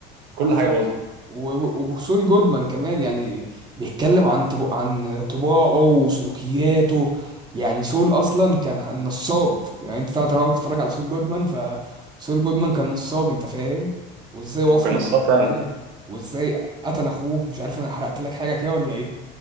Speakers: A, on the right; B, on the right.
A: حرفيا
B: كل حاجه باظت
A: و- و- وسول جودمان كمان يعني بيتكلم عن طب... عن طباعه وسلوكياته يعني سول اصلا كان نصاب يعني انت طبعا بتتفرج على سول جودمان فسول جودمان كان نصاب انت فاهم وازاي وصل
B: ما كان نصاب
A: للمحاماه
B: فعلا
A: وازاي قتل اخوه مش عارف انا حرقت لك حاجه كده ولا ايه